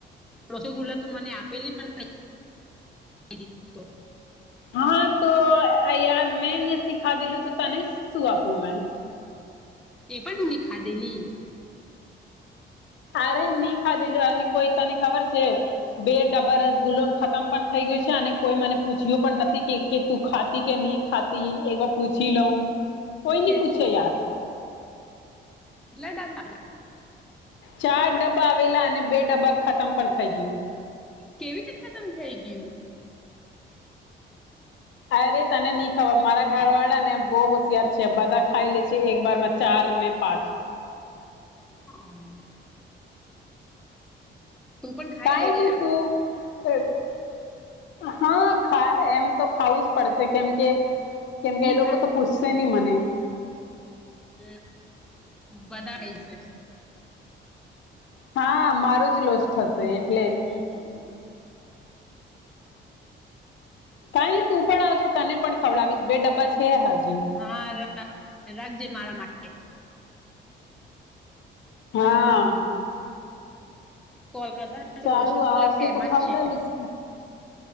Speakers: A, in the centre; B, on the left.
A: રસગુલ્લા તો મને આપેલી પણ
B: હા તો યાર મેથી ખા દેલું તો તને સુુંઆું મે
A: એ પણ ત ખાધેલી
B: અરે નહી ખાધેલું અને કોઈ તને ખબર છે બે ડબ્બા રસગુલ્લો ખતમ પણ થઈ ગયું છે અને કોઈ મને પૂછ્યું પણ નથી કે તું ખાતી કે નહી ખાતી એક વાર પૂછી લઉં કોઈ ન
A: કે
B: પૂછે
A: કેટલા
B: યાર
A: એટલા ડબ
B: ચાર ડબ્બા આવેલા અને બે ડબ્બા ખતમ પણ થઈ ગયું
A: કેવી રીતે ખતમ થઈ ગયું
B: અરે તને નઈ ખબર મારા ઘર વાળા ને બહ યાર છે બધા ખાઈ લે છે એક બર માં ચાર ને પાંચ
A: હ હ તું પણ ખાઈ
B: કઈ
A: લેજે
B: નહી તું હાા એમ તો ખાવું જ પડશે કેમ કે કેમકે
A: ની
B: એ લોકો
A: ખા
B: તો પૂછશે નહી મને
A: હમ બધા થઈ છે.
B: હા મારો જ લોસ થશે એટલે
A: હમ
B: કઈ તું પણ આવજે તને પણ ખવડાવીશ બે ડબ્બા છે હજી
A: હા રાખજે મારા માટે
B: હા
A: કોલકાતા
B: સારું
A: રસગુલ્લા
B: આવશે
A: ફેમસ
B: તો ખામણાવીશ
A: છે